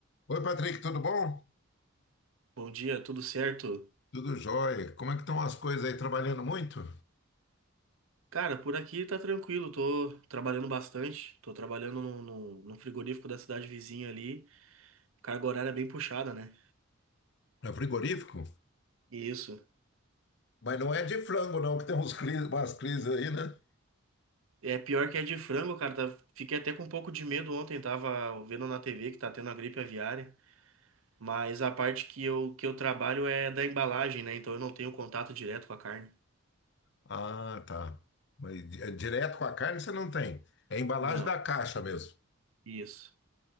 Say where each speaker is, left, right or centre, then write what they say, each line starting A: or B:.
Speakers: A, on the left; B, on the right.
A: Oi, Patrick, tudo bom?
B: Bom dia, tudo certo?
A: Tudo jóia. Como é que estão as coisas aí? Trabalhando muito?
B: Cara, por aqui tá tranquilo, tô trabalhando bastante, tô trabalhando no, no, no frigorífico da cidade vizinha ali, carga horária é bem puxada, né?
A: É frigorífico?
B: Isso.
A: Mas não é de frango, não, que tem uns cris, umas crises aí, né?
B: É pior que é de frango, cara, tá- fiquei até com um pouco de medo ontem, tava vendo na TV que tá tendo a gripe aviária, mas a parte que eu, que eu trabalho é da embalagem, né? Então eu não tenho contato direto com a carne.
A: Ah, tá. Mas di- é direto com a carne você não tem. É embalagem
B: Não,
A: da caixa mesmo.
B: isso.